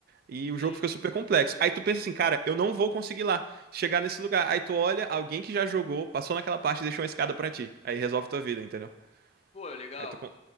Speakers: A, on the right (about 55°); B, on the left (about 35°).
A: E o
B: Sim.
A: jogo fica super complexo. Aí tu pensa assim, cara, eu não vou conseguir lá chegar nesse lugar. Aí tu olha alguém que já jogou, passou naquela parte e deixou uma escada pra ti. Aí resolve tua vida, entendeu?
B: Pô, legal.
A: Aí tu con-